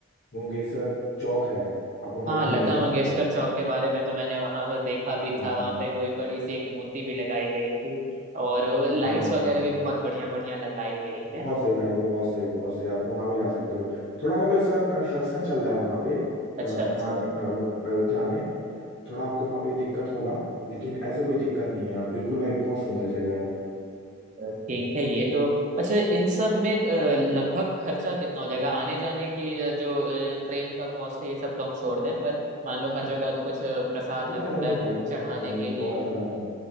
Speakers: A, on the left; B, on the right.
A: मंगेशकर चौक है आप वहाँ
B: हाँ
A: भी घूमने
B: लता
A: जा
B: मंगेशकर
A: सकते हो
B: चौक के बारे में तो मैंने वहां देखा भी
A: हाँ
B: था वहां
A: हाँ
B: पे कोई बड़ी सी एक मूर्ति भी लगाई गई थी और लाइट्स
A: हाँ हाँ
B: वगैरह
A: हाँ
B: भी बहुत बढ़िया बढ़िया लगाई गई
A: बहुत
B: हैं
A: सही भाई बहुत सही बहुत सही आप वहाँ भी जा सकते हो थोड़ा मतलब इस समय कंस्ट्रक्शन चल रहा है वहाँ पे अ,
B: अच्छा अच्छा
A: हनुमान अ, मतलब अयोध्या में थोड़ा आपको वहाँ पे दिक्कत होगा लेकिन ऐसे कोई दिक्कत नहीं है आप बिल्कुल भाई बहुत सुंदर जगह है
B: अ, ठीक है ये तो अच्छा इन सब में अ, लगभग खर्चा कितना हो जाएगा आने जाने की अ, जो अ, ट्रेन का कॉस्ट है ये सब तो हम छोड़ दें पर मान लो हर जगह कुछ अ, प्रसाद
A: बहुत
B: वगैरह
A: ज्यादा नहीं भाई बहुत
B: चढ़ाने
A: ज्यादा नहीं
B: के लिए
A: बहुत ज्यादा नहीं